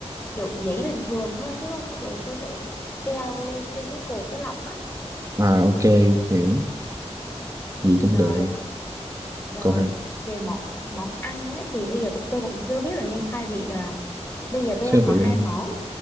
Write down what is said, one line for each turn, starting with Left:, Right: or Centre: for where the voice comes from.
Left: kiểu giấy bình thường thôi chứ không rồi tôi sẽ treo lên trên cái cột cái lọng á
Right: À ok, hiểu.
Left: ừ,
Right: Gì cũng
Left: rồi
Right: được.
Left: rồi
Right: Còn hả?
Left: về món món ăn á, thì bây giờ cũng tôi cũng chưa biết là nên khai vị là bây giờ tôi
Right: Thế
Left: đang
Right: vậy
Left: có hai
Right: hả?
Left: món